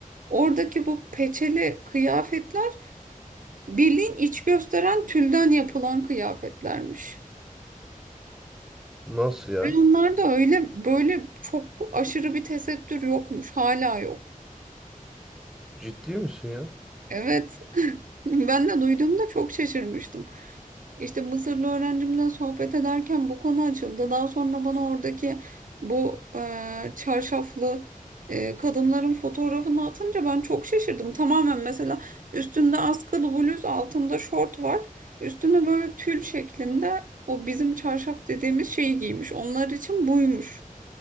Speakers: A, on the right (about 70°); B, in the centre.
A: oradaki bu peçeli kıyafetler bilin iç gösteren tülden yapılan kıyafetlermiş.
B: Nasıl ya?
A: Ve onlarda öyle böyle çok aşırı bir tesettür yokmuş. Hala yok.
B: Ciddi misin ya?
A: Evet. <laughs> Ben de duyduğumda çok şaşırmıştım. İşte Mısırlı öğrencimle sohbet ederken bu konu açıldı. Daha sonra bana oradaki bu e, çarşaflı e, kadınların fotoğrafını atınca ben çok şaşırdım. Tamamen mesela üstünde askılı bluz, altında şort var. Üstünde böyle tül şeklinde o bizim çarşaf dediğimiz şeyi giymiş. Onlar için buymuş.